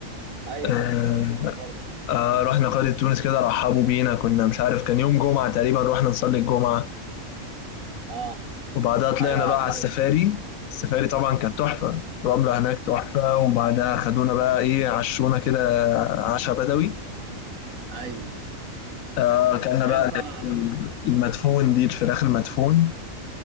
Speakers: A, on the right; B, on the left.
A: أيوه
B: آه
A: قرية تونس برضه
B: آه رحنا قرية تونس كده رحبوا بينا كنا مش عارف كان يوم جمعة تقريبا رحنا نصلي الجمعة
A: أه
B: وبعدها طلعنا
A: أيوه
B: بقى
A: قرية
B: على السفاري السفاري طبعا كانت تحفة الرملة هناك تحفة وبعدها خدونا بقى ايه عشونا كده عشاء بدوي
A: أيوه
B: آه كنا
A: أيوه
B: بقى
A: فعلا
B: المدفون دي الفراخ المدفون